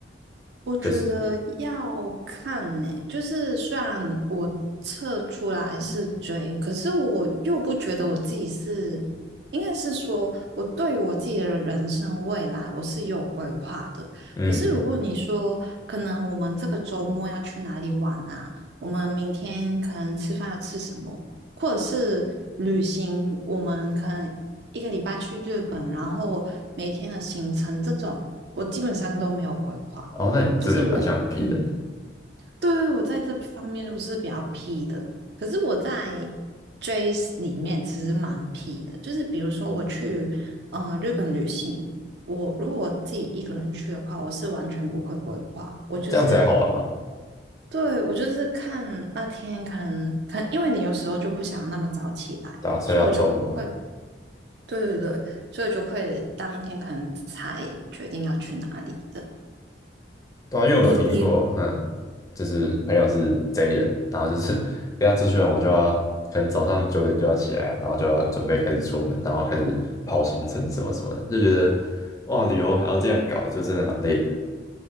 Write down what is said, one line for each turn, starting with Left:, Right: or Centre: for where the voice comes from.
Right: 我觉得要看呢、
Left: 就是。
Right: 就是虽然我测出来是追，可是我又不觉得我自己是，应该是说我对于我自己的人生未来我是有规划的。
Left: 嗯，
Right: 可是如果你说，可能我们这个周末要去哪里玩啊？我们明天可能吃饭要吃什么？或者是旅行，我们可能一个礼拜去日本，然后每天的行程这种，我基本上都没有规划。
Left: 哦，那你这也蛮像
Right: 就是我，
Left: P
Right: 嗯，
Left: 人的，
Right: 对对，我在这方面我是比较 P 的，可是我在 Jace 里面其实蛮 P 的，就是比如说我去呃日本旅行，我如果我自己一个人去的话，我是完全不会规划，我就是
Left: 这样才好玩嘛，
Right: 对我就是看那天可能可能因为你有时候就不想要那么早起来，
Left: 对啊，睡到中午，
Right: 所以我就会对对对，所以我就会当天可能才决定要去哪里的，
Left: 对啊，因为我有听过，
Right: 你你。嗯嗯
Left: 嗯，就是朋友是 J 人，然后就是 <laughs> 跟他出去玩，我就要可能早上九点就要起来，然后就要准备开始出门，然后开始跑行程什么什么的，就觉得哇，旅游还要这样搞，就真的蛮累的，